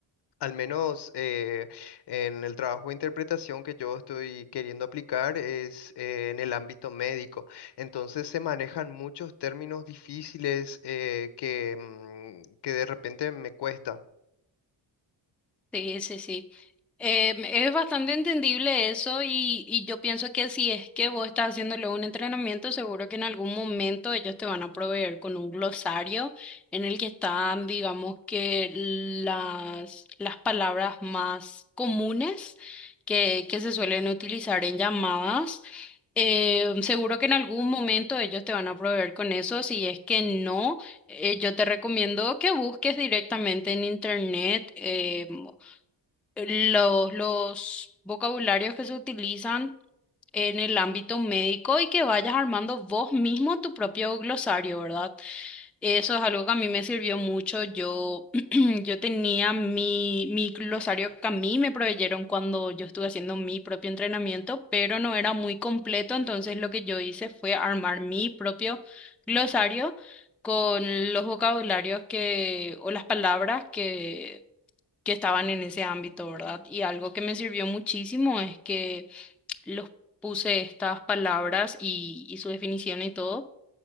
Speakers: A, on the left; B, in the centre.
A: Al menos eh, en el trabajo de interpretación que yo estoy queriendo aplicar es eh, en el ámbito médico. Entonces se manejan muchos términos difíciles eh, que, mm, que de repente me cuesta.
B: Sí, sí, sí. Em, es bastante entendible eso y, y yo pienso que si es que vos estás haciéndole un entrenamiento, seguro que en algún momento ellos te van a proveer con un glosario en el que están, digamos que las, las palabras más comunes que, que se suelen utilizar en llamadas. Em, seguro que en algún momento ellos te van a proveer con eso. Si es que no, eh, yo te recomiendo que busques directamente en internet. eh, los, los vocabularios que se utilizan en el ámbito médico y que vayas armando vos mismo tu propio glosario, ¿verdad? Eso es algo que a mí me sirvió mucho. Yo, <clears throat> yo tenía mi, mi glosario que a mí me proveyeron cuando yo estuve haciendo mi propio entrenamiento, pero no era muy completo, entonces lo que yo hice fue armar mi propio glosario con los vocabularios que, o las palabras que que estaban en ese ámbito, ¿verdad? Y algo que me sirvió muchísimo es que los puse estas palabras y, y su definición y todo